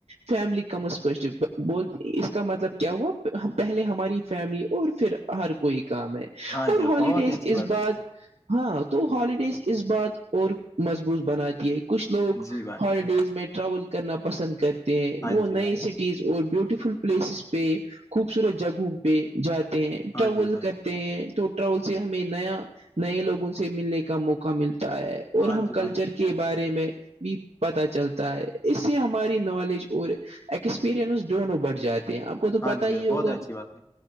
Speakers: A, on the right; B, on the left.
A: فیملی کمز فسٹ اس کا مطلب کیا ہوا پہلے ہماری فیملی اور پھر ہر کوئی کام ہے
B: ہاں
A: اور
B: جی
A: ہالیڈیز
B: بہت ہی اچھی
A: اس
B: بات
A: بار ہاں تو ہالیڈیز اس بات اور مضبوط بناتی ہے کچھ لوگ
B: جی بھائی
A: ہالیڈیز میں ٹراول کرنا پسند کرتے ہیں
B: ہاں
A: وہ نئے
B: جی بھائی
A: سے چیز اور بیوٹیفل پلیسز پہ خوبصورت جگہوں پہ جاتے ہیں
B: ہاں
A: ٹراول
B: جی بھائی
A: کرتے ہیں تو ٹراول سے ہمیں نیا نئے لوگوں سے ملنے کا موقع ملتا ہے اور
B: ہاں
A: ہم
B: جی بھائی
A: کلچر کے کے بارے میں بھی پتا چلتا ہے اس سے ہماری نالج اور ایکسپیرنس دونوں بٹھ جاتے ہیں آپ کو تو
B: ہاں
A: پتا
B: جی
A: ہی
B: بھائی
A: ہوگا
B: بہت اچھی بات ہے